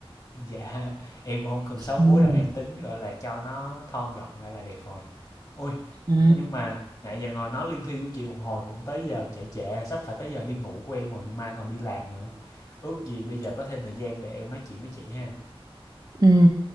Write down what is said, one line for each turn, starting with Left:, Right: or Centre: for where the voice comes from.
Left: <laughs> dạ em cũng không cần sáu múi
Right: ừ.
Left: đâu em tính gọi là cho nó thon gọn lại là đẹp rồi ôi
Right: Ừ.
Left: nhưng mà nãy giờ ngồi nói liên thiên với chị một hồi cũng tới giờ trễ trễ sắp phải tới giờ đi ngủ của em rồi mai còn đi làm nữa ước gì bây giờ có thêm thời gian để em nói chuyện với chị ha
Right: Ừ.